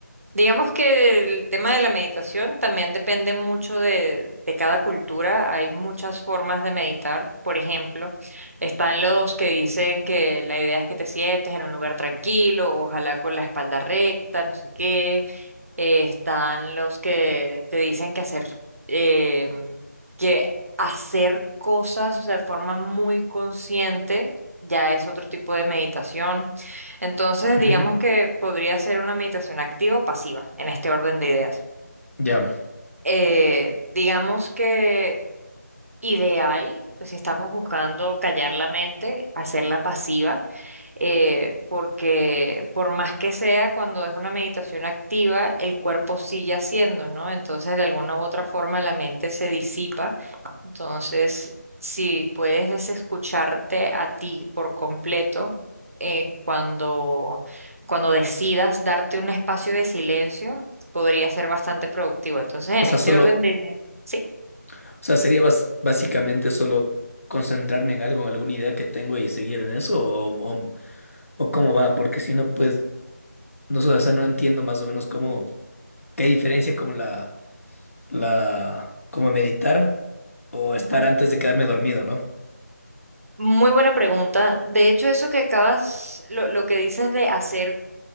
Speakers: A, on the right; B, on the left.
A: Digamos que el tema de la meditación también depende mucho de, de cada cultura. Hay muchas formas de meditar. Por ejemplo, están los que dicen que la idea es que te sientes en un lugar tranquilo, ojalá con la espalda recta, no sé qué eh, están los que te dicen que hacer, eh, que hacer cosas de forma muy consciente ya es otro tipo de meditación. Entonces,
B: Ujú.
A: digamos que podría ser una meditación activa o pasiva en este orden de ideas.
B: Ya.
A: Eh, digamos que ideal, pues si estamos buscando callar la mente, hacerla pasiva eh, porque por más que sea, cuando es una meditación activa, el cuerpo sigue haciendo, ¿no? Entonces, de alguna u otra forma, la mente se disipa. Entonces, si puedes desescucharte a ti por completo, eh, cuando, cuando decidas darte un espacio de silencio, podría ser bastante productivo. Entonces, en
B: O sea,
A: este
B: solo,
A: orden de ideas, sí.
B: o sea, sería bas- básicamente solo concentrarme en algo, en alguna idea que tengo y seguir en eso, o, o o cómo va, porque si no, pues, no, sé, o sea, no entiendo más o menos cómo, qué diferencia como la, la, como meditar o estar
A: Ujú.
B: antes de quedarme dormido, ¿no?
A: Muy buena pregunta. De hecho, eso que acabas, lo, lo que dices de hacer,